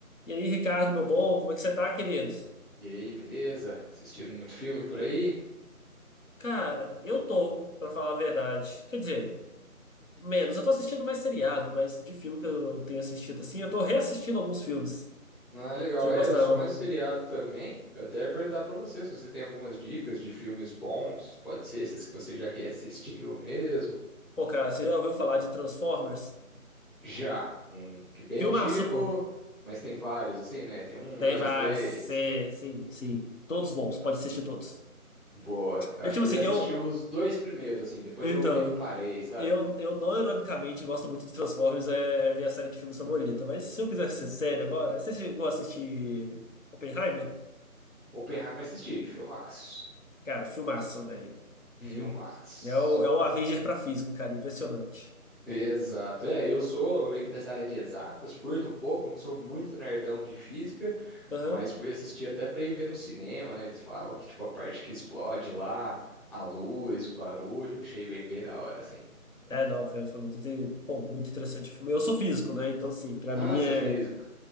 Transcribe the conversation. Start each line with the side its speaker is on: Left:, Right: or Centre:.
Left: E aí, Ricardo, meu bom, como é que você tá, querido?
Centre: E aí, beleza? Assistindo muito filme por aí?
Left: Cara, eu tô, pra falar a verdade. Quer dizer, menos. Eu tô assistindo mais seriado, mas de filme que eu tenho assistido assim, eu tô reassistindo alguns filmes
Centre: Ah, legal.
Left: que eu
Centre: É,
Left: gostava
Centre: eu sou mais
Left: muito.
Centre: seriado também. Eu até ia perguntar pra você se você tem algumas dicas de filmes bons. Pode ser esses que você já reassistiu mesmo.
Left: Pô, cara, você já ouviu falar de Transformers?
Centre: Já, um que bem
Left: Filmaço,
Centre: antigo,
Left: pô.
Centre: mas tem vários assim, né? Tem um,
Left: Tem
Centre: dois,
Left: vários.
Centre: três.
Left: Cê- Sim, sim. Todos bons, pode assistir todos.
Centre: Boa. Eu
Left: É
Centre: acho
Left: tipo
Centre: que
Left: assim,
Centre: eu já
Left: eu.
Centre: assisti os dois primeiros, assim. Depois
Left: Então,
Centre: eu meio que parei, sabe?
Left: eu, eu não ironicamente gosto muito de Transformers, é a minha série de filmes favorita, mas se eu quiser ser sério agora, você chegou a assistir. Oppenheimer?
Centre: Oppenheimer assisti. Filmaço.
Left: Cara, filmaço, velho. E
Centre: Filmaço.
Left: é o, é o Avenger pra físico, cara. Impressionante.
Centre: Exato. É, eu sou meio que dessa área de exatas, curto um pouco, não sou muito nerdão de física,
Left: Aham.
Centre: mas fui assistir até para ir ver no cinema, né? Eles falam que, tipo, a parte que explode lá, a luz, o barulho, achei bem, bem da hora, assim.
Left: É, não, foi, foi muito, inte- bom, muito interessante o filme. Eu sou físico, né? Então, assim, pra
Centre: Ah,
Left: mim
Centre: você
Left: é.
Centre: é físico,